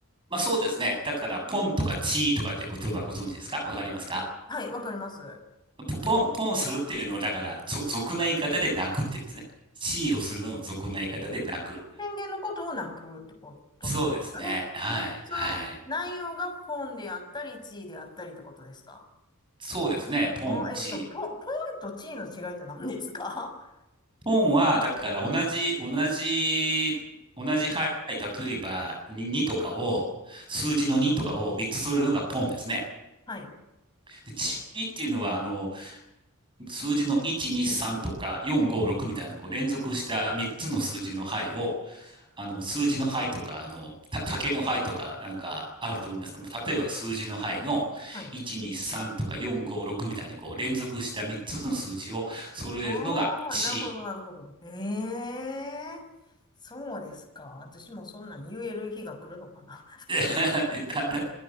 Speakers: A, on the right (about 25°); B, on the left (about 20°).
A: まあそうですね。だから、
B: うん
A: ポンとかチーとかって言葉ご存知ですかわかりますか
B: はい、わかります。
A: ポ、ポン、ポンするっていうのを、だから、ぞ、俗な言い方で泣くって言うんですね。地位をするのを俗な言い方で泣く。
B: 宣言のことを泣くってことなんですかね。
A: そうですね。はい、
B: で、その内容がポンであったり、
A: はい。
B: 地位であったりってことですか
A: そうですね。ポン、
B: あー、
A: 地位。
B: えっと、ポ、ポンとチーの違いって何何ですか <laughs>
A: ポンは、だから同じ、同じ、同じ牌、例えば2、にとかを、数字の2とかを3つするのがポンですね。
B: はい。
A: で、地位っていうのは、あの、数字の1、2、3とか4、5、6みたいな、こう連続した3つの数字の牌を、あの、数字の牌とか、あの、た竹の牌とか、なんかあると思うんですけど、例えば数字の牌の1、
B: はい。
A: 2、3とか4、5、6みたいにこう連続した3つの数字を揃えるのが地位
B: ああ、なるほど、なるほど。ええー、そうですか。私もそんなん言える日が来るのかな。
A: <laughs> だね。